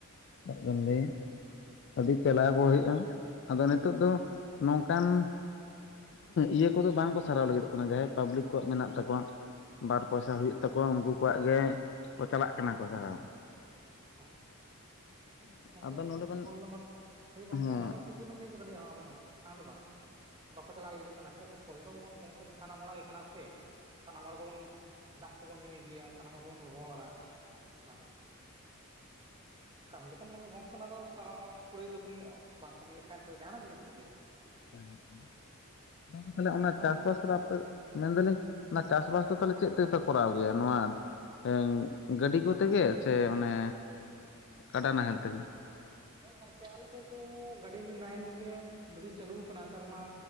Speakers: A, on the left; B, on the right.
A: ᱪᱟ. ᱜ ᱵᱮᱱ
B: ᱦᱮᱸ
A: ᱞᱟᱹᱭᱟ ᱟᱹᱰᱤ ᱪᱟᱞᱟᱣ ᱟᱠᱚ ᱦᱩᱭᱩᱜᱼᱟ ᱾ ᱟᱫᱚ ᱱᱤᱛᱚᱜ ᱫᱚ ᱱᱚᱝᱠᱟᱱ ᱤᱭᱟᱹ ᱠᱚᱫᱚ ᱵᱟᱝ ᱠᱚ ᱥᱟᱨᱟᱣ ᱞᱟᱹᱜᱤᱫᱚᱜ ᱠᱟᱱᱟ ᱡᱟᱦᱟᱸᱭ ᱯᱟᱵᱽᱞᱤᱠ ᱠᱚᱣᱟᱜ ᱢᱮᱱᱟᱜ ᱛᱟᱠᱚᱣᱟ ᱵᱟᱨ ᱯᱚᱭᱥᱟ ᱦᱩᱭᱩᱜ ᱛᱟᱠᱚᱣᱟ ᱩᱱᱠᱩ ᱠᱚᱣᱟᱜ ᱜᱮ ᱠᱚ ᱪᱟᱞᱟᱜ ᱠᱟᱱᱟ ᱠᱚ ᱥᱟᱨᱟᱣ ᱾
B: ᱦᱚᱸ ᱜᱚᱢᱠᱮ
A: ᱟᱫᱚ ᱱᱚᱰᱮ ᱵᱮᱱ
B: ᱠᱚᱞ ᱫᱚ ᱢᱟᱛᱚ ᱦᱳᱭ ᱜᱚᱝᱠᱮ
A: ᱦᱮᱸ
B: ᱚᱱᱟ ᱫᱚ ᱴᱷᱤᱠ ᱜᱤᱵᱤᱱ ᱞᱟᱹᱭ ᱠᱮᱫᱟ ᱞᱟᱭ ᱦᱚᱸ ᱟᱵᱮᱱ ᱦᱚᱸ ᱵᱟᱝ ᱫᱚ ᱵᱟᱝ ᱵᱟᱠᱚ ᱪᱟᱞᱟᱣ ᱞᱟᱹᱜᱤᱫ ᱠᱟᱱᱟ ᱪᱮᱫᱟᱜ ᱥᱮ ᱠᱚᱞ ᱫᱚ ᱢᱟ ᱜᱚᱝ ᱥᱟᱱᱟᱢ ᱦᱚᱲᱟᱜ ᱜᱮ ᱠᱟᱱᱟ ᱥᱮ ᱥᱟᱱᱟᱢ ᱦᱚᱲ ᱜᱮᱵᱚᱱ ᱫᱟᱜ ᱠᱚᱵᱚᱱ ᱧᱩᱭ ᱜᱮᱭᱟ ᱾ ᱥᱟᱱᱟᱢ ᱦᱚᱲ ᱜᱮᱵᱚᱱ ᱵᱮᱵᱚᱦᱟᱨᱟ ᱚᱱᱟ ᱫᱚ ᱾ ᱠᱟᱹᱢᱤ ᱞᱮᱠᱷᱟᱱ ᱜᱚᱝᱠᱮ ᱚᱱᱟ ᱫᱚ ᱥᱟᱱᱟᱢ ᱦᱚᱲᱜ ᱠᱩᱲᱟᱹᱭ ᱫᱚ ᱠᱚᱢᱚᱜᱼᱟ ᱾ ᱵᱟᱝ ᱠᱟᱹᱢᱤ ᱞᱮᱠᱷᱟᱱ ᱫᱚ ᱡᱟᱦᱟᱸᱱᱟᱜ ᱡᱤᱱᱤᱥ ᱨᱮᱜᱮ
A: ᱦᱮᱸ ᱾ ᱚᱱᱟ ᱫᱚ ᱛᱟᱦᱚᱞᱮ ᱚᱱᱟ
B: ᱚᱱᱟᱜᱮ
A: ᱪᱟᱥ
B: ᱜᱚᱝᱠᱮ
A: ᱵᱟᱥ ᱠᱚᱫᱚ ᱟᱯᱮ ᱢᱮᱱᱫᱟᱞᱤᱧ ᱚᱱᱟ ᱪᱟᱥ ᱵᱟᱥ ᱫᱚ ᱛᱟᱦᱚᱞᱮ ᱪᱮᱫ ᱛᱮᱯᱮ ᱠᱚᱨᱟᱣ ᱜᱮᱭᱟ ᱱᱚᱣᱟ ᱮᱧ ᱜᱟᱹᱰᱤ ᱠᱚ ᱛᱮᱜᱮ ᱥᱮ ᱚᱱᱮ ᱠᱟᱰᱟ ᱱᱟᱦᱮᱞ ᱛᱮᱜᱮ ᱾
B: ᱦᱳᱭ ᱜᱚᱝᱠᱮ ᱟᱞᱮ ᱥᱮᱫ ᱫᱚ ᱜᱟᱹᱰᱤ ᱱᱟᱦᱮᱞ ᱜᱮ ᱵᱮᱥᱤ ᱪᱟᱹᱞᱩ ᱟᱠᱟᱱᱟ ᱱᱮᱛᱟᱨ ᱢᱟ